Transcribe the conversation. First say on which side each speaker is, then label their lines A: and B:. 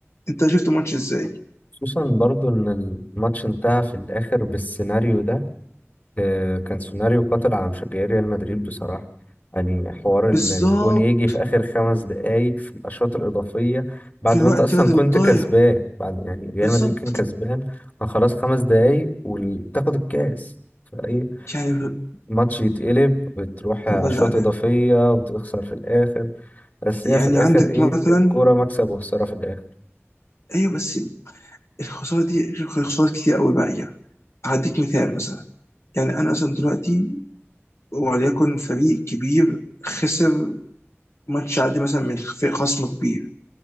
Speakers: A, on the left; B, on the left.
A: أنت شفت الماتش إزاي؟
B: خصوصا برضو ان الماتش انتهى في الاخر بالسيناريو ده آه، كان سيناريو قاتل على مشجعي ريال مدريد بصراحة يعني حوار ال-
A: بالظبط
B: الجون يجي في اخر خمس دقايق في الاشواط الاضافية بعد
A: في الوقت
B: ما انت اصلا
A: بدل
B: كنت
A: الضايع
B: كسبان بعد يعني ريال
A: بالظبط
B: مدريد كان كسبان كان خلاص خمس دقايق وتاخد الكاس فايه
A: يعني
B: ماتش يتقلب وتروح
A: والله
B: عشوات
A: زعلان
B: إضافية وتخسر في الآخر بس
A: يعني
B: هي في الآخر
A: عندك
B: إيه
A: مثلا
B: الكورة مكسب وخسارة في الآخر
A: ايوه بس الخساره دي غير خسارات كتير قوي باقيه هديك مثال مثلا يعني انا مثلا دلوقتي وليكن فريق كبير خسر ماتش عادي مثلا من فريق خصم كبير